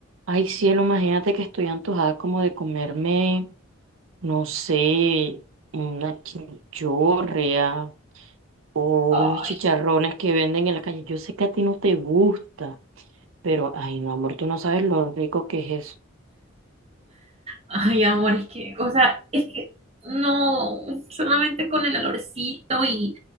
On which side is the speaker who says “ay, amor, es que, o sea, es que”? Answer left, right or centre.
Right